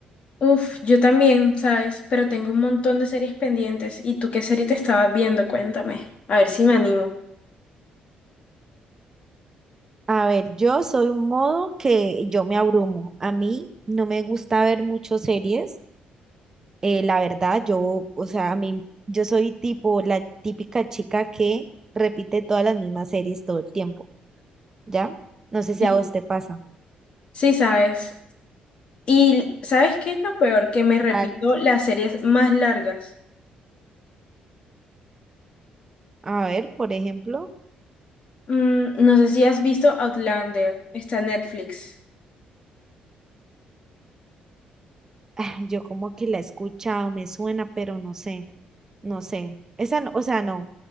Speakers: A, on the left; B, on the right.
A: Uf, yo también, ¿sabes? Pero tengo un montón de series pendientes. ¿Y tú qué serie te estabas viendo? Cuéntame. A ver si me animo.
B: A ver, yo soy un modo que yo me abrumo. A mí no me gusta ver muchas series. eh, la verdad, yo, o sea, a mí, yo soy tipo la típica chica que repite todas las mismas series todo el tiempo, ¿ya? No sé si
A: Sí.
B: a vos te pasa.
A: Sí, ¿sabes? ¿Y sabes qué es lo peor? Que me repito
B: Val,
A: las series más largas.
B: a ver, por ejemplo,
A: Mm, no sé si has visto Outlander. Está en Netflix.
B: <sighs> ah, yo como que la he escuchado, me suena, pero no sé, no sé. Esa, no- o sea, no,